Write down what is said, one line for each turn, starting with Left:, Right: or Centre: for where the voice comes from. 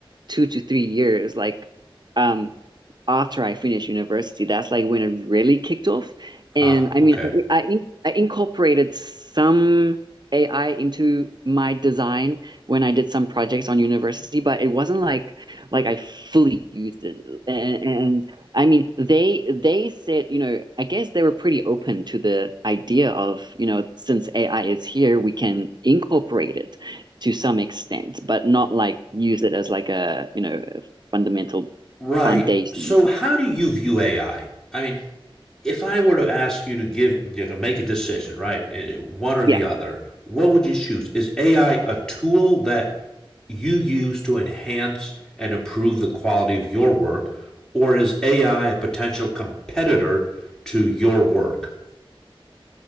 Right: two to three years, like um after I finished university, that's like when it really kicked off. And
Centre: Ah,
Right: I
Centre: okay.
Right: mean, I I, in- I incorporated some AI into my design when I did some projects on university, but it wasn't like like I fully used it. And, and I mean, they they said, you know, I guess they were pretty open to the idea of, you know, since AI is here, we can incorporate it to some extent, but not like use it as like a, you know, a fundamental
Centre: Right.
Right: foundation.
Centre: So, how do you view AI? I I mean, if I were to ask you to give you know, to make a decision, right, eh, one or
Right: Yeah.
Centre: the other, what would you choose? Is AI a tool that you use to enhance and improve the quality of your work, or is AI a potential competitor to your work?